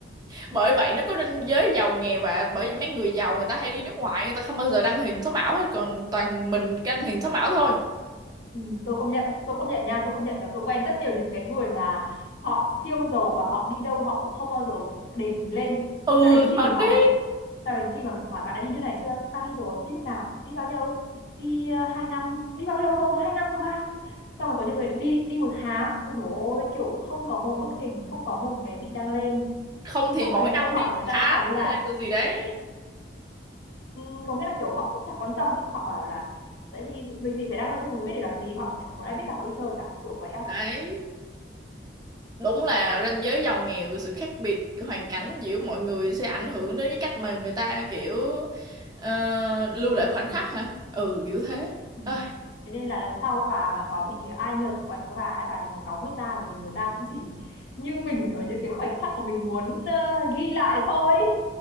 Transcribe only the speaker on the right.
Bởi vậy nó có ranh giới giàu nghèo và bởi vì mấy người giàu người ta hay đi nước ngoài, người ta không bao giờ đăng hình sống ảo hết, còn toàn mình đăng hình sống ảo thôi.
Ừ,
thật
đi.
Không thì
mỗi
năm
đi
một
tháng
hay là gì đấy.
Đấy, đúng là ranh giới giàu nghèo, sự khác biệt hoàn cảnh giữa mọi người sẽ ảnh hưởng đến cái cách mà người ta kiểu ờ, lưu lại khoảnh khắc hả? Ừ, kiểu thế.
Ôi,